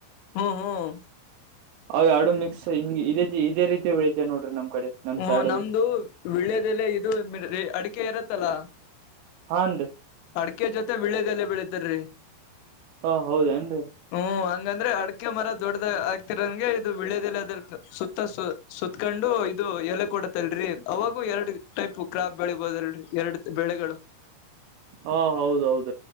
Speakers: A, on the left (about 80°); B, on the right (about 80°).
A: ಹ್ಮ್ ಹ್ಮ್
B: ಅವ ಅಡು ಮಿಕ್ಸ್ ಹಿಂಗ ಇದೇ ಇದೇ ರೀತಿ ಬೆಳತ ನೋಡ್ರಿ ನಮ್ ಕಡೆ ನಮ್
A: ಹ್ಮ
B: ಸೈಡ್
A: ನಮ್ದು
B: ಅದು
A: ವಿಳ್ಯದೆಲ್ಲ ಇದು ಅಡಿಕೆ ಇರತ್ತಲ್ಲ
B: ಹಾನ್ರಿ
A: ಅಡಕೆ ಜೊತೆ ಬೆಳೆದಲ್ಲಿ ಬೆಳಿತಾರಿ
B: ಹಾ ಹೌದನ್
A: ಹ್ಮ್ ಹಂಗಂದ್ರೆ ಅಡ್ ಅ ಮರ ದೊಡ್ಡದ ಆಗ್ತಿರೋಂಗೆ ಇದು ಬೆಳದಲ್ಲಿ ಅದ ಸುತ್ತ ಸುತ್ತಕೊಂಡು ಇದು ಎಲೆ ಕೊಟ್ಟ ಡತಲ್ರರಿ ಅವಾಗೂ ಎರಡು ಟೈಪ್ ಕ್ರಾಪ್ ಬೆಳಿಬಹದಲ್ರರಿ ಎರಡು ಬೆಳೆಗಳು
B: ಹಾ ಹೌದ ಹೌದ